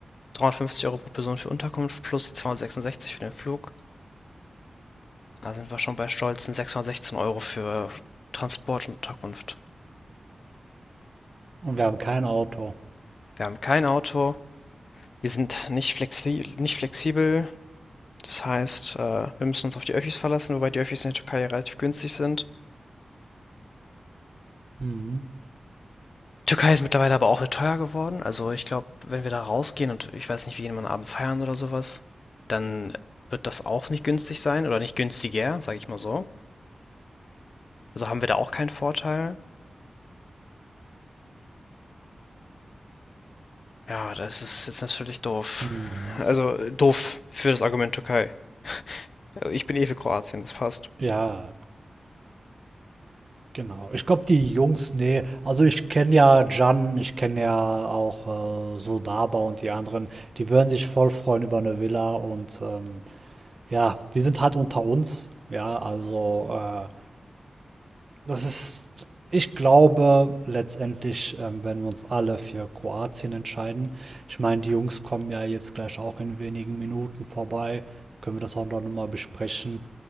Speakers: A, on the left; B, on the right.
A: dreihundertfünfzig Euro pro Person für Unterkunft plus die 266 für den Flug. Da sind wir schon bei stolzen 616 Euro für Transport und Unterkunft.
B: und wir haben kein Auto.
A: Wir haben kein Auto. Wir sind nicht, flexi nicht flexibel. Das heißt, äh, wir müssen uns auf die Öffis verlassen, wobei die Öffis in der Türkei relativ günstig sind.
B: Mhm.
A: Die Türkei ist mittlerweile aber auch teuer geworden. Also ich glaube, wenn wir da rausgehen und ich weiß nicht, wie jemand am Abend feiern oder sowas, dann wird das auch nicht günstig sein oder nicht günstiger, sage ich mal so. Also haben wir da auch keinen Vorteil. Ja, das ist jetzt natürlich doof.
B: Mhm.
A: Also doof für das Argument Türkei. Also ich bin eh für Kroatien, das passt.
B: Ja, Genau. Ich glaube, die Jungs, ne. Also, ich kenne ja Jan, ich kenne ja auch, äh, Sodaba und die anderen. Die würden sich voll freuen über eine Villa und, ähm, ja, wir sind halt unter uns, ja, also, äh, das ist ich glaube letztendlich, ähm, werden wir uns alle für Kroatien entscheiden. Ich meine, die Jungs kommen ja jetzt gleich auch in wenigen Minuten vorbei, können wir das auch noch mal besprechen.